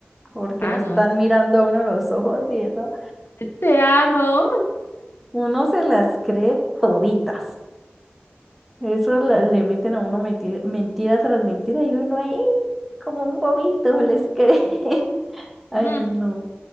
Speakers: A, in the centre; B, on the left.
A: porque
B: Ah,
A: lo están
B: no, es.
A: mirando a uno los ojos y eso,
B: Te amo.
A: uno se las cree toditas. Eso la- le meten a uno mentira, mentira tras mentira y uno ahí como un bobito les cree. <laughs> Ay,
B: <laughs>
A: no.